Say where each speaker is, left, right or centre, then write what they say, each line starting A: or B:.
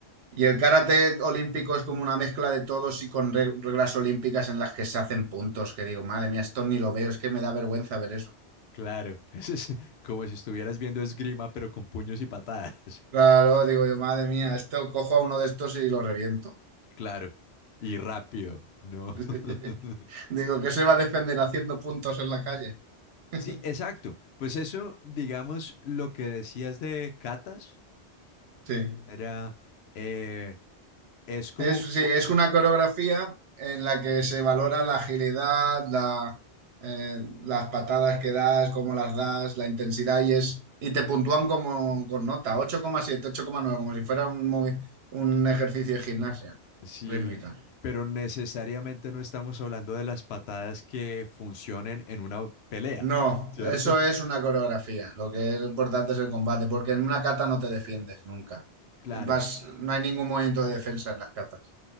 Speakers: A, on the right; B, on the left.
A: Y el karate olímpico es como una mezcla de todos y con re- reglas olímpicas en las que se hacen puntos, que digo, madre mía, esto ni lo veo, es que me da vergüenza ver eso.
B: claro. <laughs> Eso es como si estuvieras viendo esgrima, pero con puños y patadas. <laughs>
A: Claro, digo yo, madre mía, esto cojo a uno de estos y lo reviento.
B: Claro. Y rápido, ¿no?
A: <laughs>
B: <laughs>
A: Digo, que se va a defender haciendo puntos en la calle. <laughs>
B: Sí, exacto. Pues eso, digamos, lo que decías de catas,
A: Sí.
B: era... eh, es como,
A: Es,
B: mo-
A: sí, es una coreografía en la que se valora la agilidad, la, eh, las patadas que das, cómo las das, la intensidad y es y te puntúan como con nota, ocho ocho coma siete, ocho coma nueve, como si fuera un, movi- un ejercicio de gimnasia
B: sí,
A: rítmica.
B: pero necesariamente no estamos hablando de las patadas que funcionen en una pelea,
A: No,
B: ¿cierto?
A: eso es una coreografía. Lo que es importante es el combate, porque en una kata no te defiendes nunca.
B: <laughs> Claro.
A: Vas, no hay ningún movimiento de defensa en las katas.